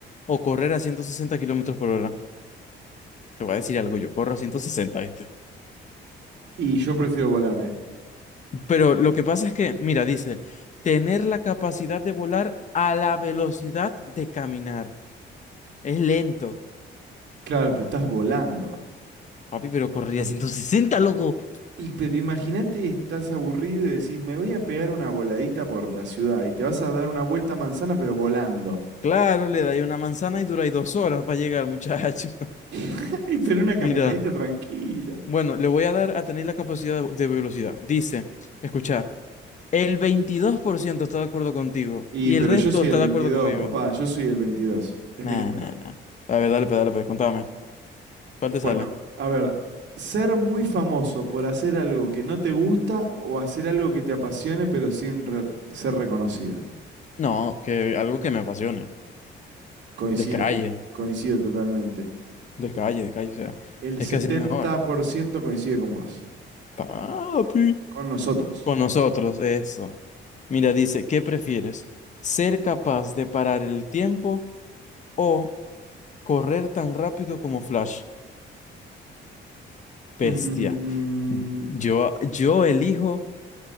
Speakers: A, on the left; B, on the right.
A: o correr a 160 kilómetros por hora. Te voy a decir algo, yo corro a 160 este.
B: Y yo prefiero volar, ¿eh?
A: Pero lo que pasa es que, mira, dice, tener la capacidad de volar a la velocidad de caminar. Es lento.
B: Claro, pero estás volando.
A: Papi, pero corría a 160 loco.
B: Y pero imagínate, estás aburrido y decís, me voy a pegar una voladita por la ciudad y te vas a dar una vuelta a manzana, pero volando.
A: Claro, le da ahí una manzana y dura ahí dos horas para llegar, muchacho.
B: <laughs> Y pero
A: <laughs>
B: una caminadita
A: Mira,
B: tranquilo.
A: bueno, le voy a dar a tener la capacidad de, de velocidad. Dice, escucha, El 22% está de acuerdo contigo
B: Y
A: y
B: pero
A: el resto
B: yo soy
A: está
B: el veintidós,
A: de acuerdo conmigo.
B: papá, yo soy el 22. Es
A: Nah,
B: mi número.
A: nah, nah. A ver, dale, pues, dale, pues, contame. ¿Cuál te sale?
B: Bueno, a ver, ser muy famoso por hacer algo que no te gusta o hacer algo que te apasione, pero sin re- ser reconocido.
A: No, que algo que me apasione.
B: Coincido,
A: Descalle,
B: tota- coincido totalmente.
A: descalle, descalle, o sea,
B: El
A: es
B: setenta
A: que así es mejor.
B: por ciento coincide con vos.
A: Papi.
B: con nosotros.
A: Con nosotros, eso. Mira, dice, ¿qué prefieres? ¿Ser capaz de parar el tiempo o correr tan rápido como Flash? Bestia.
B: Mm,
A: Yo, yo elijo